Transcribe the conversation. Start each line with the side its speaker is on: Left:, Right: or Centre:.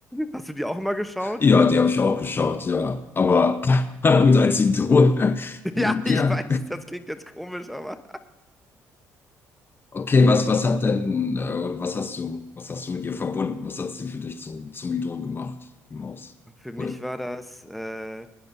Centre: Hast du die auch immer geschaut?
Left: Ja,
Centre: <laughs>
Left: die habe ich auch geschaut, ja. Aber <laughs> gut als Idol. <laughs>
Centre: Ja,
Left: Ja.
Centre: ich weiß, das klingt jetzt komisch, aber.
Left: Okay, was, was hat denn, äh, oder was hast du, was hast du mit ihr verbunden? Was hat sie für dich zum, zum Idol gemacht, die Maus?
Centre: Für mich
Left: Oder?
Centre: war das, äh,